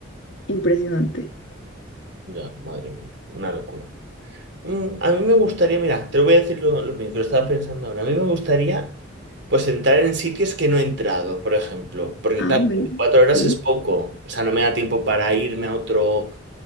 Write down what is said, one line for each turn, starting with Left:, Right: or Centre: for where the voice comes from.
Left: impresionante.
Right: ya, madre mía, una locura. Mm, a mí me gustaría, mira, te lo voy a decir lo, lo mío, que lo estaba pensando ahora. A mí me gustaría, pues, entrar en sitios que no he entrado, por ejemplo, porque
Left: Ah,
Right: claro,
Left: bueno,
Right: cuatro horas
Left: sí,
Right: es poco, o sea, no me da tiempo para irme a otro,